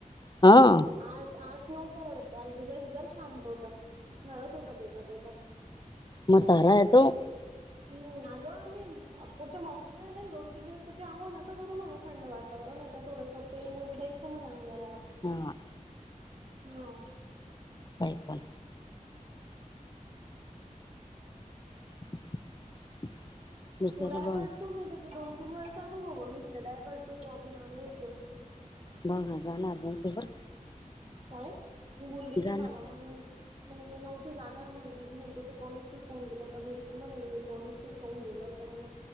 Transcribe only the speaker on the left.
हा
म्हतारा हाय तो.
हा.
काय पण <inaudible>
भाऊ
भाऊंना जाणार नाही ते बरं.
जाणार